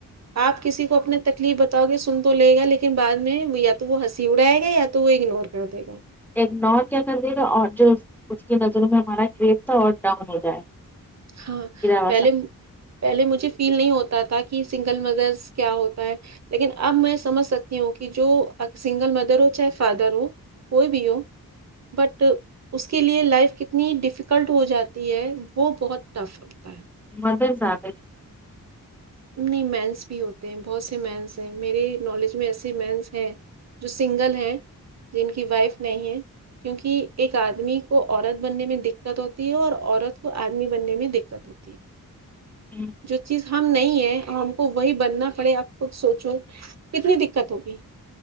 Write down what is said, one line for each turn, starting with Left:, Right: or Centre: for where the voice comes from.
Right: آپ کسی کو اپنا تکلیف بتاؤ گے سن تو لے گا لیکن بعد میں یا تو وہ ہنسی اڑائے گا یا تو وہ اگنور کر دے گا
Centre: اگنور کیا کر دیے گا اور جو اس کی نظروں میں ہمارا ٹریپ تھا اور ڈاؤن ہو جائے
Right: ہاں
Centre: گرا ہوا
Right: پہلے
Centre: سب
Right: پہلے مجھے فیل نہیں ہوتا تھا کہ سنگل مدرس کیا ہوتا ہے لیکن اب میں سمجھ سکتی ہوں کہ جو اس سنگل مدر ہو چاہے فادر ہو کوئی بھی ہو بٹ اس کے لیے لائف کتنی ڈفیکلٹ ہو جاتی ہے وہ بہت ٹف ہوتا ہے
Centre: مدر زیادہ ہے
Right: نہیں مینس بھی ہوتے ہیں بہت سے مینس ہیں میرے نالج میں ایسے مینس ہیں جو سنگل ہے جن کی وائف نہیں ہے کیونکہ ایک آدمی کو عورت بننے میں دکت ہوتی ہے اور عورت کو آدمی بننے میں دکت ہوتی ہے
Centre: ہوں
Right: جو چیز ہم نہیں ہیں اور ہم کو وہی بننا پڑے آپ خود سوچو کتنی دکت ہوگی